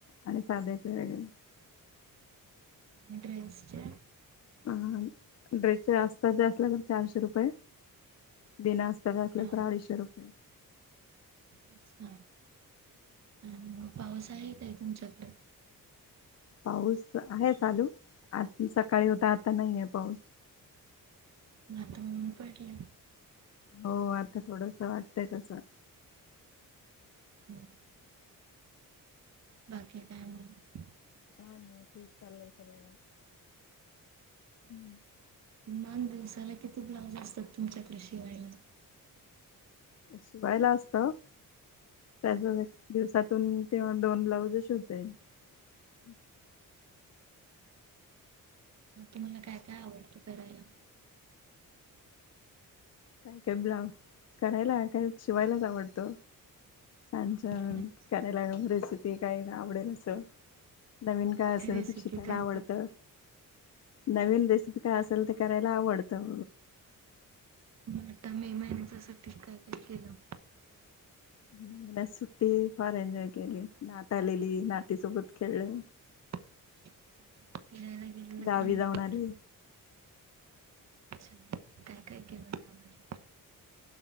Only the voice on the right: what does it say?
<inaudible> ्रेसच्या
हा
अच्छा आणि मग पाऊस आहे का तुमच्याकडे?
नाता ऊनं पडलंय
हो. बाकी काय मग?
मग दिवसाला किती ब्लाऊज असतात तुमच्याकडे शिवायला?
तुमाला काय काय आवडतं करायला?
काय
रेसिपी
करता?
मग आता मे महिन्याच्या सुट्टीत काय काय केलं?
<inaudible> फिरायला गेलेला काय
नाही
कुटं?
अच्छा काय काय केलं मामाने?